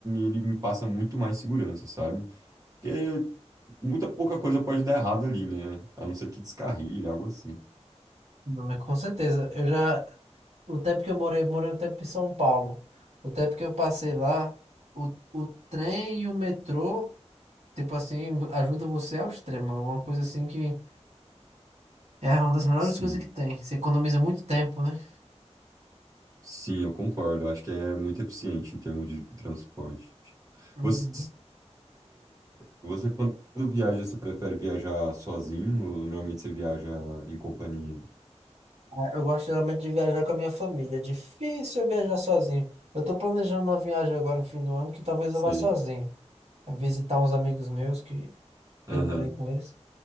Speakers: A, on the right; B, on the right.
A: ele me passa muito mais segurança, sabe? Porque muita pouca coisa pode dar errado ali, né? A não ser que descarrilhe, algo assim.
B: Não, é com certeza. Eu já, o tempo que eu morei, eu morei um tempo em São Paulo. O tempo que eu passei lá, o, o trem e o metrô, tipo assim, ajuda você ao extremo. É uma coisa assim que é uma das melhores
A: Sim.
B: coisas que tem. Você economiza muito tempo, né?
A: Sim, eu concordo. Eu acho que é muito eficiente em termos de transporte.
B: Uhum.
A: Você, você quando viaja, você prefere viajar sozinho ou normalmente você viaja em companhia?
B: Ah, Eu gosto geralmente de viajar com a minha família. É Difícil eu viajar sozinho. Eu tô planejando uma viagem agora no fim do ano que talvez
A: Você...
B: eu vá sozinho. Visitar uns amigos meus que,
A: Aham.
B: que eu morei com eles.